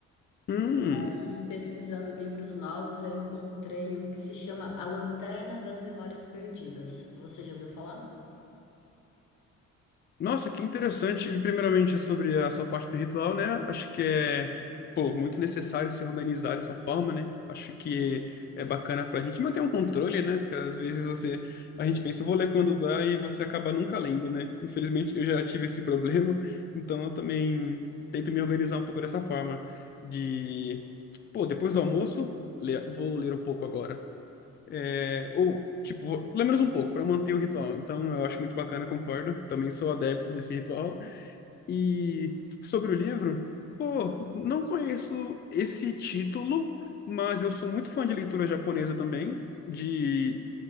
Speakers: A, on the left (about 35°); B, on the left (about 85°).
A: Hum.
B: E aí, pesquisando livros novos, eu encontrei um que se chama A Lanterna das Memórias Perdidas. Você já ouviu falar?
A: Nossa, que interessante. Primeiramente, sobre a sua parte do ritual, né? Acho que é, pô, muito necessário se organizar dessa forma, né? Acho que é bacana pra gente manter um controle, né? Porque às vezes você, a gente pensa, vou ler quando dá e você acaba nunca lendo, né? Infelizmente, eu já tive esse <laughs> problema, então eu também tento me organizar um pouco dessa forma de, pô, depois do almoço, le- vou ler um pouco agora. É, ou, tipo, pelo menos um pouco, para manter o ritual. Então, eu acho muito bacana, concordo. Também sou adepto desse ritual. E sobre o livro, pô, não conheço esse título, mas eu sou muito fã de leitura japonesa também, de